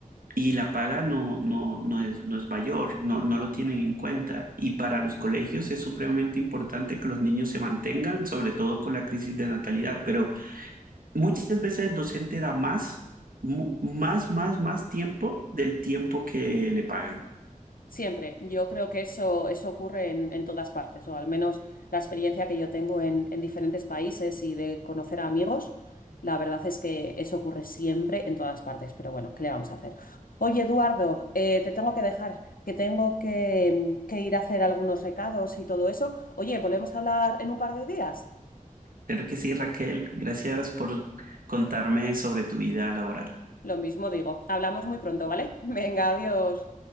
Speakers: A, on the right (about 80°); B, on the left (about 80°).
A: y la paga no, no, no es, no es mayor, no, no lo tienen en cuenta. Y para los colegios es supremamente importante que los niños se mantengan, sobre todo con la crisis de natalidad. Pero muchas veces el docente da más, mu- más, más, más tiempo del tiempo que le pagan.
B: Siempre. Yo creo que eso, eso ocurre en, en todas partes, o al menos la experiencia que yo tengo en, en diferentes países y de conocer a amigos, la verdad es que eso ocurre siempre en todas partes, pero bueno, ¿qué le vamos a hacer? Oye, Eduardo, eh, te tengo que dejar, que tengo que, que ir a hacer algunos recados y todo eso. Oye, ¿volvemos a hablar en un par de días?
A: Creo que sí, Raquel. Gracias por contarme sobre tu vida laboral.
B: Lo mismo digo, hablamos muy pronto, ¿vale? <laughs> Venga, adiós.